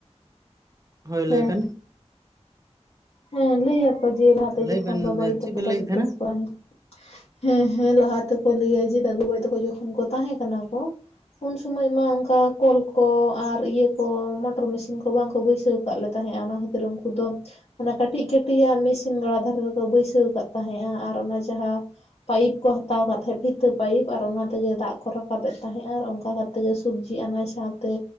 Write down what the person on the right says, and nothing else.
ᱦᱳᱭ ᱞᱟᱹᱭ
ᱵᱮᱱ
ᱞᱟᱹᱭ
ᱵᱮᱱ
ᱪᱮᱫ ᱵᱮᱱ
ᱞᱟᱹᱭᱮᱫ ᱛᱟᱦᱮᱱᱟ